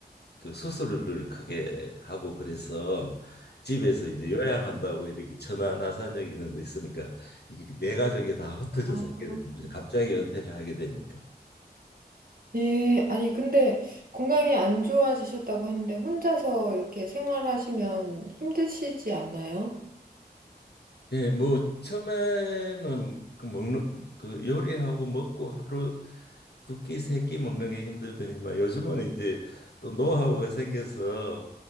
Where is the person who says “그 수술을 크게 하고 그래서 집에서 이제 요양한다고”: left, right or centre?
Left